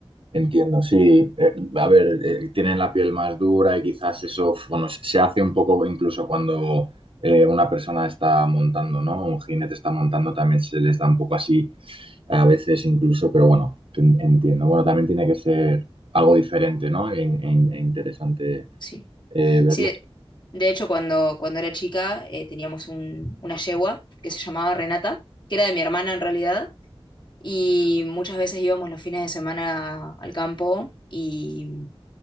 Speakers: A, on the right (about 65°); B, on the left (about 50°).
A: Entiendo, sí. Eh, a ver, eh, tienen la piel más dura y quizás eso, bueno, se hace un poco incluso cuando eh, una persona está montando, ¿no? Un jinete está montando, también se les da un poco así a veces incluso, pero bueno, en- entiendo. Bueno, también tiene que ser algo diferente, ¿no? E, e- e interesante
B: Sí.
A: eh, verlo.
B: Sí, de, de hecho, cuando, cuando era chica eh, teníamos un- una yegua que se llamaba Renata, que era de mi hermana en realidad y muchas veces íbamos los fines de semana al campo y,